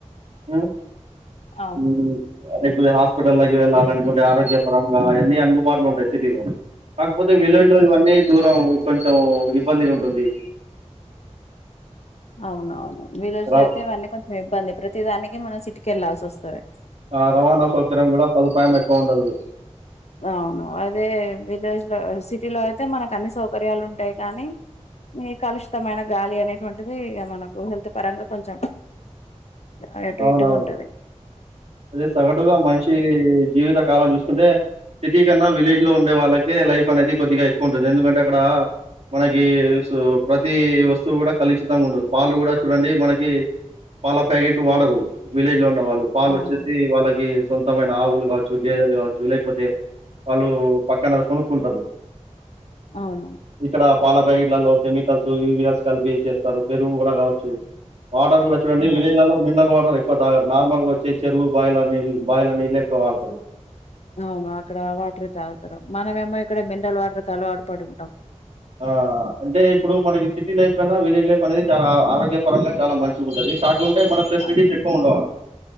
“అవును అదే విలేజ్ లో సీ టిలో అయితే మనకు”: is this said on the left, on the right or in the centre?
Left